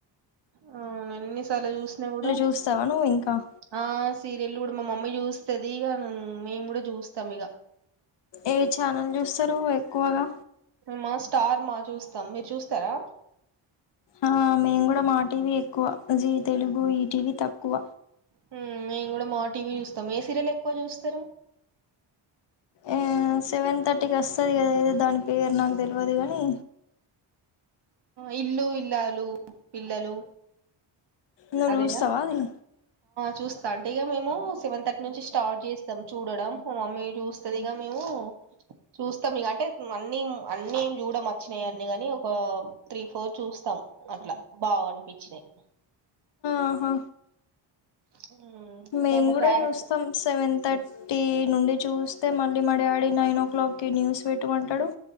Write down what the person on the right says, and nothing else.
ఆ మనమ్ ఎన్ని సార్లు చూస్నా గూడ
ఆ సీరియల్ గూడ మా మమ్మీ చూస్ స్తది గ మామ్ మేమ్ గూడ జుస్తాం ఇగ
మ స్టార్ మా చూస్తాం మీరు చూస్తారా
హ్మ్ మేము గూడ మా టీవీ చూస్తామ్ ఏ సీరియల్ ఎక్కువ చూస్తారు
ఇల్లు ఇల్లాలు పిల్లలు
అదేనా
చూస్ అంటే ఇగ మేము సెవెన్ థర్టీ నుంచి స్టార్ట్ చేస్తాం చూడడం మమ్మీ చూస్ సదిగా మేము చూస్తాం ఇగ అంటే అన్నీ అన్నెమ్ చుడం వచ్చినాయి అన్ని గాని ఒక త్రీ ఫోర్ చూస్తాం అట్లా బాగ అనిపిచ్చినాయ్
ఉమ్,
దాంట్లో
క్యారెక్టర్